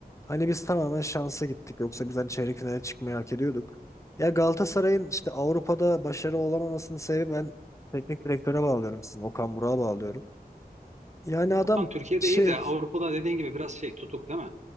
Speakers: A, on the left; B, on the right.
A: Hani biz tamamen şansa gittik. Yoksa biz hani çeyrek finale çıkmayı hak ediyorduk. Ya Galatasaray'ın işte Avrupa'da başarı olamamasının sebebi ben teknik direktöre bağlıyorum sizin. Okan Burak'a bağlıyorum. Yani adam
B: Okan Türkiye'de
A: şey
B: iyi de Avrupa'da dediğin gibi biraz şey tutuk değil mi?